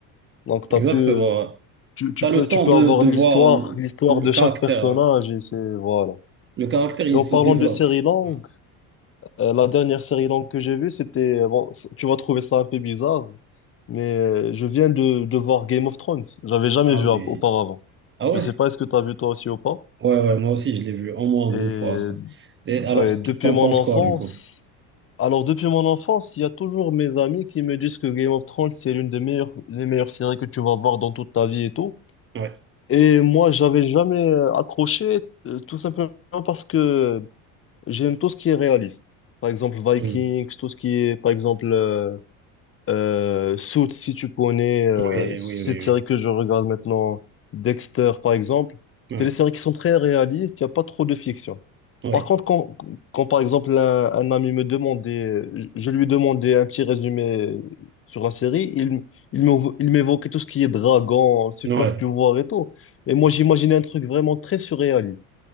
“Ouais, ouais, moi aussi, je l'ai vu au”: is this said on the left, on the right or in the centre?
Right